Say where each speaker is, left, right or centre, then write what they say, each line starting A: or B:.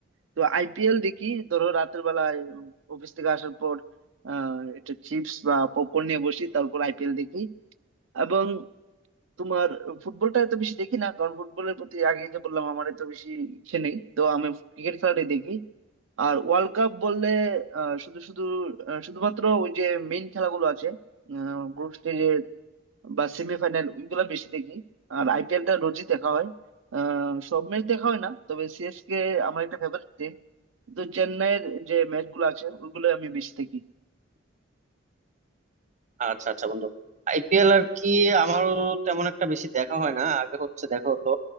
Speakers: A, on the right; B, on the right.
A: তো আইপিএল দেখি ধরো রাতের বেলায় অফিস থেকে আসার পর আহ একটা চিপস বা পপকর্ন নিয়ে বসি তারপর আইপিএল দেখি এবং তোমার ফুটবলটা এত বেশি দেখি না কারণ ফুটবলের প্রতি আগে যে বললাম আমার এত বেশি ইচ্ছে নেই তো আমি ক্রিকেট খেলাটাই দেখি আর ওয়ার্ল্ড কাপ বললে আহ, শুধু শুধু আহ, শুধুমাত্র ওই যে মেইন খেলাগুলো আছে গ্রুপ স্টেজের বা সেমিফাইনাল ওইগুলা বেশি দেখি আর আইপিএলটা রোজই দেখা হয় আহ, সব ম্যাচ দেখা হয় না তবে সিএসকে আমার একটা ফেভারিট টিম তো চেন্নাইয়ের যে ম্যাচ গুলো আছে ওইগুলো আমি বেশি দেখি
B: আচ্ছা আচ্ছা বন্ধু আইপিএল আর কি আমারও তেমন একটা বেশি দেখা হয় না আগে হচ্ছে দেখা হতো